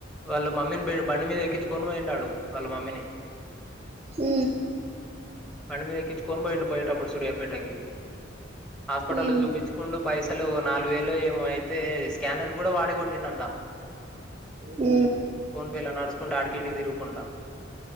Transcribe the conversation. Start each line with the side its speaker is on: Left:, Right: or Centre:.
Centre: వాళ్ళ మమ్మీని బండి మీద ఎక్కించుకొని పోయిండు ఆడు వాళ్ళ మమ్మీని
Right: ఊ
Centre: బండి మీద ఎక్కించుకొని పోయిండు పోయేటప్పుడు సూర్యాపేటకి హాస్పిటల్లో
Right: ఉమ్
Centre: చూపిచు కుండు పైసలు నాలుగు వేలు ఏమొ అయితే స్కానర్ కూడా వాడే కొట్టిండంట
Right: ఊ
Centre: ఫోన్ పే లా నడుచుకుంటా అడికి ఇడికి తిరుగుకుంటా